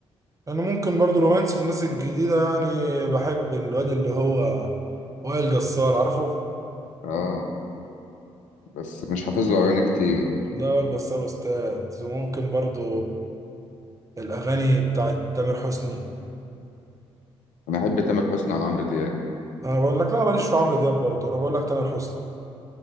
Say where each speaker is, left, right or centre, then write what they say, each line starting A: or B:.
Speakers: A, on the right; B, on the left.
A: انا ممكن برضو رومانسي في الناس الجديده يعني بحب الواد اللي هو وائل جسار عارفه
B: اه بس مش حافظ له أغاني كتير
A: ده وائل جسار استاذ وممكن برضو الاغاني بتاعت تامر حسني
B: انا احب تامر حسني عن عمرو دياب
A: انا بقول لك لا ماليش في عمرو دياب برضو انا بقول لك تامر حسني